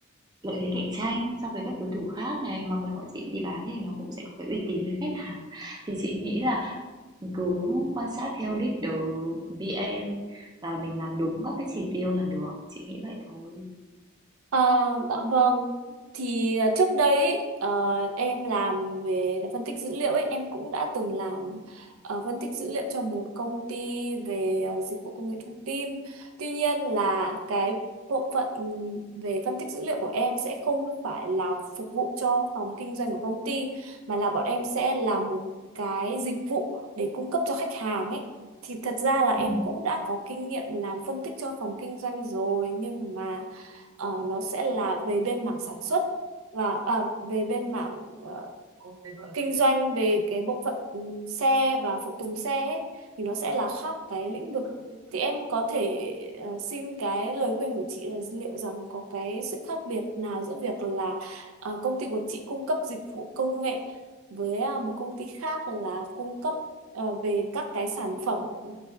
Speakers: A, on the right (about 20°); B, on the right (about 85°).
A: lợi thế cạnh tranh so với các đối thủ khác này hoặc là bọn chị đi bán thì nó cũng sẽ có cái uy tín với khách hàng thì chị nghĩ là mình cứ quan sát theo leader VM và mình làm đúng các cái chỉ tiêu là được. Chị nghĩ vậy thôi.
B: Ờ, dạ vâng. Thì à, trước đây ý, ờ, em làm về phân tích dữ liệu ấy, em cũng đã từng làm ờ, phân tích dữ liệu cho một công ty về ờ, dịch vụ công nghệ thông tin. Tuy nhiên là cái bộ phận ừm, về phân tích dữ liệu của em sẽ không phải là phục vụ cho phòng kinh doanh của công ty mà là bọn em sẽ làm một cái dịch vụ để cung cấp cho khách hàng ấy. Thì thật ra là em
A: Ừ.
B: cũng đã có kinh nghiệm làm phân tích cho phòng kinh doanh rồi nhưng mà ờ, nó sẽ là về bên mảng sản xuất và à, về bên mảng ờ, kinh doanh về cái bộ phận ừ, xe và phụ tùng xe ấy, thì nó sẽ là khác cái lĩnh vực thì em có thể ờ, xin cái lời khuyên của chị là liệu rằng có cái sự khác biệt nào giữa việc là ờ, công ty của chị cung cấp dịch vụ công nghệ với à, một công ty khác là cung cấp ờ, về các cái sản phẩm ừ,